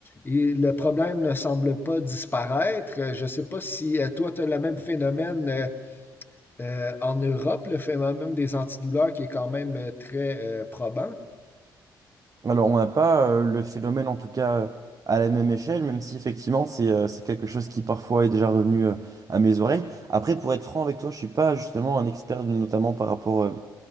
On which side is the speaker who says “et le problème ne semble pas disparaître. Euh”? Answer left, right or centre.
Left